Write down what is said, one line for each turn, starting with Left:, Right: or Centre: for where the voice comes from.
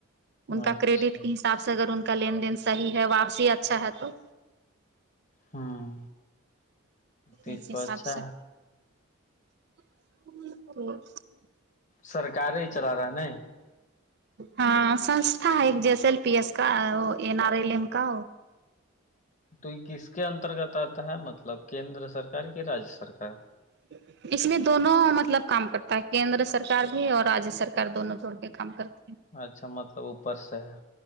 Right: ان کا
Left: اچھا
Right: کریڈٹ کے حساب سے اگر ان کا لین دین صحیح ہے واپسی اچھا ہے تو
Left: ہوں یہ
Right: اس
Left: تو
Right: حساب
Left: اچھا
Right: سے <inaudible>
Left: سرکاریں چلا رہا نے
Right: ہاں سنستیھا ہے ایک جیسیل ایل پی ایل کا آر ایل ایم کا
Left: تو یہ کس کے انترگت آتا ہے مطلب کیندر سرکار کہ رجیہ سرکار
Right: <inaudible> اس میں دونوں مطلب کام کرتا ہے کیندر سرکار بھی اور رجیہ سرکار دونوں جوڑ کے کام کرتی
Left: اچھا مطلب اوپر سے ہے